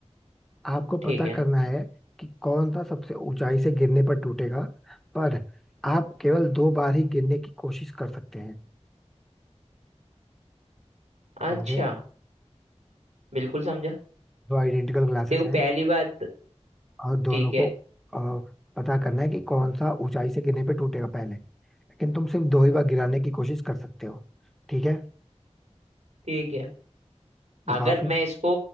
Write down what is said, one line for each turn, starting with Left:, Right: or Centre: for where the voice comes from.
Centre: आपको
Right: ठीक
Centre: पता
Right: है
Centre: करना है कि कौन सा सबसे ऊंचाई से गिरने पर टूटेगा पर आप केवल दो बार ही गिरने की कोशिश कर सकते हैं
Right: अच्छा
Centre: समझे
Right: बिल्कुल समझा
Centre: दो आइडेंटिकल ग्लासेस
Right: देखो
Centre: हैं
Right: पहली बात
Centre: और दोनों
Right: ठीक
Centre: को
Right: है
Centre: अ, पता करना है कि कौन सा ऊंचाई से गिरने पर टूटेगा पहले लेकिन तुम सिर्फ दो ही बार गिराने की कोशिश कर सकते हो ठीक है
Right: ठीक है
Centre: बताओ
Right: अगर
Centre: फिर
Right: मैं इसको